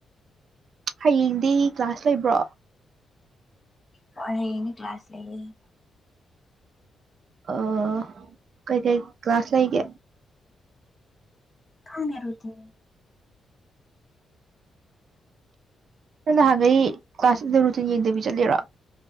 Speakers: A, on the right (about 45°); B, on the left (about 20°).
A: ꯍꯌꯦꯡꯗꯤ ꯀ꯭ꯂꯥꯁ ꯂꯩꯕ꯭ꯔꯣ
B: ꯍꯅꯤ ꯀ꯭ꯂꯥꯁ ꯂꯩ
A: ꯑ ꯀꯩ ꯀꯩ ꯀ꯭ꯂꯥꯁ ꯂꯩꯒꯦ
B: ꯀꯥꯟꯦꯔꯣꯏ ꯊꯅꯤ
A: ꯅꯪ ꯅꯍꯥꯟꯒꯩ ꯀ꯭ꯂꯥꯁꯇꯗ ꯔꯨꯇꯤꯟ ꯌꯦꯡꯗꯕꯤ ꯆꯠꯂꯦꯔꯣ